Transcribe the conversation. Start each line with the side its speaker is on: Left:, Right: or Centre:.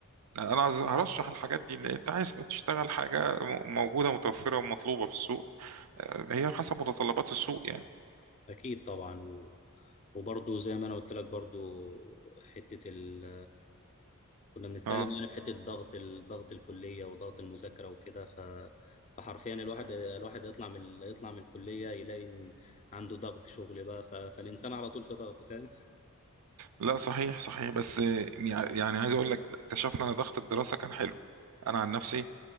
Right: يعني انا عايز- هرشح الحاجات دي اللي انت عايز تشتغل حاجه م- موجوده متوفره ومطلوبه في السوق آه، هي حسب متطلبات السوق يعني
Left: اكيد طبعا و... وبرضه زي ما انا قلت لك برضه حته ال... كنا بنتكلم
Right: اه
Left: يعني في حته ضغط ال... ضغط الكليه وضغط المذاكره وكده ف... فحرفيا الواحد الواحد يطلع من ال- يطلع من الكليه يلاقي إن عنده ضغط شغل بقى ف... فالانسان على طول في ضغط فاهم
Right: لا صحيح صحيح بس آه، يع- يعني عايز اقول لك اكتشفنا ان ضغط الدراسه كان حلو انا عن نفسي